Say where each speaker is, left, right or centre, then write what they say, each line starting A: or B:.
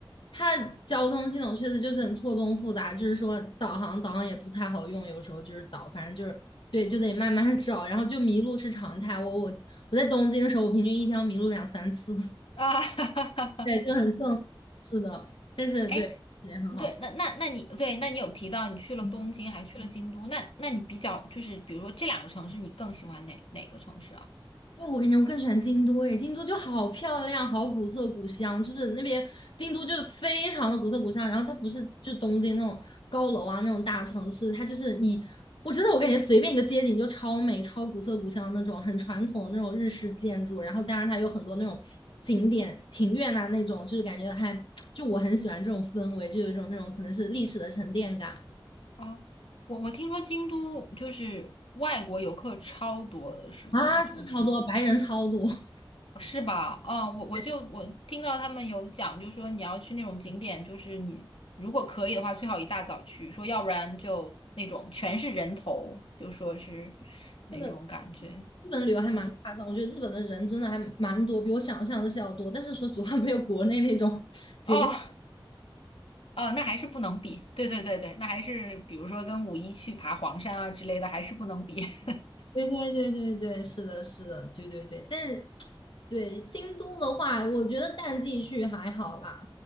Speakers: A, on the left; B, on the left.
A: 它的交通系统确实就是很错综复杂，就是说导航导航也不太好用，有时候就是导，反正就是对，就得慢慢找，然后就迷路是常态。我我我在东京的时候，我平均一天要迷路两三次，<laughs>
B: 啊，
A: 对，就很正，是的，但是对也很好。
B: <laughs> 哎对，那那那你对，那你有提到你去了东京，还去了京都，那那你比较就是，比如说这两个城市，你更喜欢哪哪个城市啊？
A: 那我感觉我更喜欢京都诶，京都就好漂亮，好古色古香，就是那边京都就是非常的古色古香。然后它不是就东京那种高楼啊那种大城市，它就是你，我真的我感觉随便一个街景就超美、超古色古香那种，很传统的那种日式建筑，然后加上它有很多那种景点、庭院啊那种，就是感觉还就我很喜欢这种氛围，就有一种那种可能是历史的沉淀感
B: 啊，我我听说京都就是外国游客超多的，是吗？
A: 啊，是超多白人超多，
B: 就是
A: <laughs>
B: 是吧？啊，我我就我听到他们有讲，
A: 对，
B: 就说你要去那种景点，就是你如果可以的话，最好一大早去，说要不然就那种全是人头，就说是
A: 是的，
B: 那种感觉。
A: 日本旅游还蛮夸张，
B: 嗯，
A: 我觉得日本的人真的还蛮多，比我想象的是要多。但是说实话，没有国内那种 <laughs> 节假。
B: 哦，哦，那还是不能比。对对对对，那还是比如说跟五一去爬黄山啊之类的，还是不能比。<laughs>
A: 对对对对对，是的，是的，对对对。但是，对京都的话，我觉得淡季去还好啦。